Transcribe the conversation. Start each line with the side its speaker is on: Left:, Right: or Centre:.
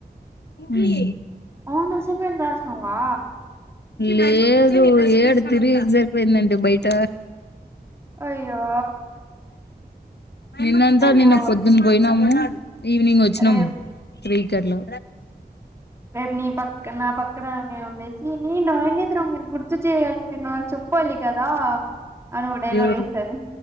Left: చూపియ్
Right: అవును అసైన్మెంట్ రాసినావా
Left: లేదు ఏడు తిరిగి ఎక్సైట్మెంట్ బయట
Right: అయ్యో
Left: నిన్నంతా
Right: రేపు
Left: నిన్న పొద్దున్ పోయినాము ఈవినింగ్ వచ్చినాము
Right: రేపు
Left: త్రీ కట్లా
Right: రేపు నీ పక్కన నా పక్కన ఉండే ఇవి రాయన్ మీరు గుర్తు చేయాలి నేను ఆ చెప్పాలి కదా అని ఒక డైలాగ్
Left: ఎవరు
Right: వేస్తరు